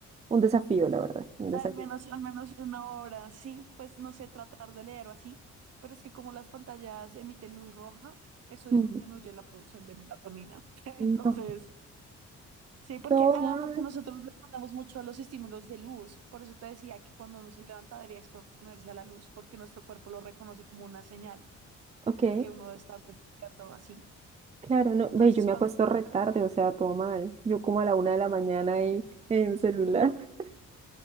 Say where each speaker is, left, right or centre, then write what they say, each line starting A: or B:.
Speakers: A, on the right; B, on the right.
A: un desafío, la verdad, un desafío.
B: Al menos, al menos una hora, sí, pues no sé, tratar de leer o así, pero es que como las pantallas emiten luz roja, eso
A: Mm,
B: disminuye la producción de melatonina. <laughs> Entonces,
A: No,
B: sí, porque,
A: todo
B: ah,
A: mal.
B: porque nosotros respondemos mucho a los estímulos de luz, por eso te decía que cuando uno se levanta debería exponerse a la luz, porque nuestro cuerpo lo reconoce como una señal
A: Ok,
B: de que uno está despierto o así.
A: claro, no,
B: Entonces,
A: ve, yo me
B: cuando
A: acuesto
B: tú
A: re
B: te
A: tarde, o sea, todo mal. Yo como a la una de la mañana ahí en el celular. <laughs>